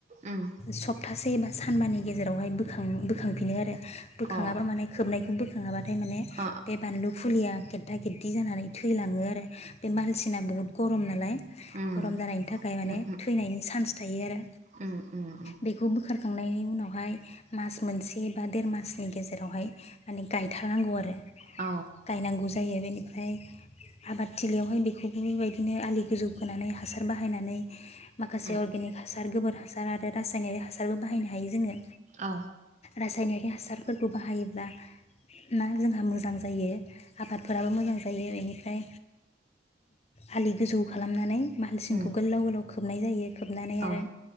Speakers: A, on the right (about 40°); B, on the left (about 35°).
A: उम
B: सब थासे एबा सानबानि गेजेरावहाय बोखां-बोखांफिनो आरो। बोखाङाबा
A: अ
B: माने खोबनाय <unintelligible> <unintelligible> माने
A: अ
B: बे बानलु फुलिया गेद्दा गेद्दि जानानै थैलाङो आरो। बे मालसिना बुहुत गरम नालाय
A: उम
B: गरम जानायनि थाखाय माने
A: उम
B: थैनायनि सान्स थायो आरो
A: उम उम उम
B: बेखौ बोखारखांनायनि उनावहाय मास मोनसे बा देर मासनि गेजेरावहाय माने गायथारनांगौ आरो
A: औ
B: गायनांगौ जायो बेनि ओमफ्राय आबादथिलियावहाय बेखौबो बेबायदिनो आलि गोजौ खोनानै हासार बाहायनानै माखासे
A: उम
B: अर्गेनिक हासार गोबोर हासार आरो रासायनारि हासारबो बाहायनो हायो जोङो।
A: औ
B: रासायनारि हासार फोरखौ बाहायोब्ला ना जोंहा मोजां जायो। आबादफोराबो मोजां जायो बेनिफ्राय आलि गोजौ खालामनानै मालसिंखौ
A: उम
B: गोल्लाव गोलाव खोबनाय जायो खोबनानै
A: औ
B: आरो